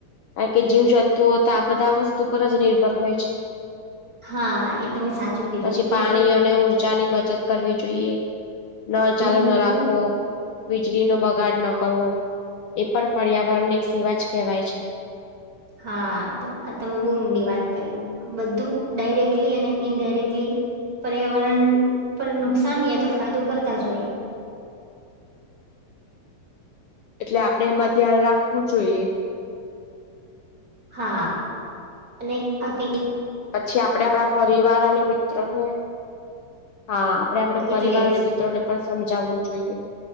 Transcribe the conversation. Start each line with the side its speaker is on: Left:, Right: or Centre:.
Left: કારણ કે જીવ જંતુઓ તો આ બધા વસ્તુ પર જ નિર્ભર હોય છે
Right: હા એ તમે સાચું કીધું
Left: પછી પાણી
Right: એ
Left: અને ઉર્જા ની બચત કરવી જોઈએ ન
Right: હમ
Left: ચાલુ ના રાખવો વીજળીનો બગાડ ન કરવો એ પણ પર્યાવરણ ને એક સેવા જ કહેવાય છે
Right: હા તો તમે બહુ ઊંડી વાત કરી બધું ડાયરેક્ટલી અને ઇનડાયરેક્ટલી પર્યાવરણ પર નુકસાનય તો ફાયદો કરતા જ હોય
Left: એટલે આપણે એમાં ધ્યાન રાખવું જોઈએ
Right: હા અને આ ક
Left: પછી આપડે આપણા પરિવાર અને મિત્રોને હા આપડે આપડે પરિવાર
Right: એટલે
Left: અને
Right: જ
Left: મિત્રો ને પણ સમજાવવું જોઈએ